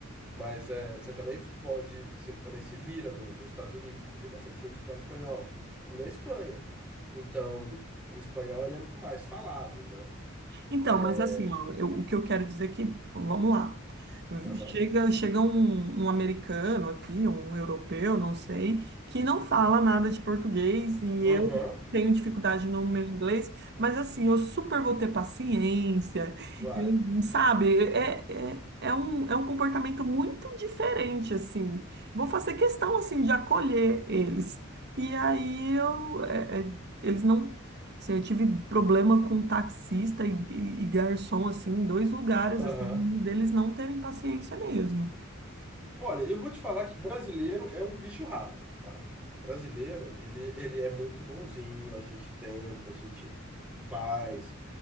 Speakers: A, in the centre; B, on the right (about 55°).
A: Mas é, você também pode, você também se vira no- nos Estados Unidos, porque tem bastante gente que fala espanhol. E na Espanha. Então, o espanhol ele é mais falado, né?
B: Então,
A: É,
B: mas assim, ó, eu- o que eu quero dizer é que, vamos lá.
A: aham,
B: Chega, chega um, um americano aqui, um europeu, não sei, que não fala nada de português e
A: aham,
B: eu tenho dificuldade no meu inglês, mas assim, eu super vou ter paciência,
A: vai,
B: eu- sabe? É, é, é um, é um comportamento muito diferente, assim. Vou fazer questão, assim, de acolher eles. E aí eu, é- é- eles não Assim, eu tive problema com taxista e, e- e garçom, assim, em dois lugares,
A: aham.
B: assim, deles não terem paciência mesmo.
A: Olha, eu vou te falar que brasileiro é um bicho raro, tá? O brasileiro, ele, ele é muito bonzinho, a gente tenta, a gente faz.